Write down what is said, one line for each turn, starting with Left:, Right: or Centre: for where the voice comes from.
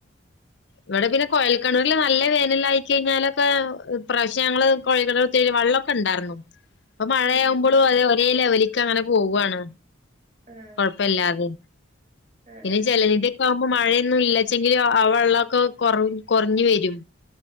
Left: ഇവിടെ പിന്നെ കൊഴൽകിണറിൽ നല്ല വേനലായി കഴിഞ്ഞാലൊക്കെ ഈ പ്രാവശ്യം ഞങ്ങള് കൊഴൽക്കിണർ കുത്തിയതിൽ വെള്ളമൊക്കെ ഇണ്ടാർന്നു. അപ്പൊ മഴയാവുമ്പോളും
Right: ഉം ഉം
Left: അത് ഒരേ ലെവലി ലിക്ക് അങ്ങനെ പോവ്വാണ്
Right: ആഹ്
Left: കൊഴപ്പില്ലാതെ
Right: ആഹ്
Left: പിന്നെ
Right: ആഹ്
Left: ചിലരുടെ ഇപ്പാവുമ്പോ മഴയൊന്നും ഇല്ലച്ചെങ്കിലും ആ വെള്ളം കൊ കൊറ കൊറഞ്ഞു വരും